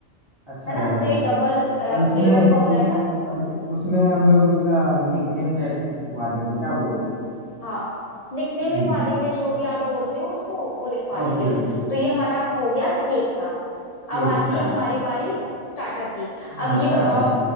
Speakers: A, on the right; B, on the left.
A: अच्छा
B: है
A: रहेगा
B: ना तो ये डबल फ्लेवर
A: और उसमें
B: का हो जाएगा
A: और उसमें हम लोग उसका निकनेम टाइप्स कुछ लिखवा देंगे क्या बोलते हो
B: हाँ निकनेम
A: जी
B: लिखवा देंगे जो भी आप बोलते हो उसको वो लिखवा
A: Okay
B: लेंगे
A: okay
B: तो ये हमारा हो गया केक का
A: केक
B: अब आती
A: का
B: है हमारी बारी स्टार्टर की अब
A: हाँ
B: ये
A: स्टार्टर
B: बताओ आप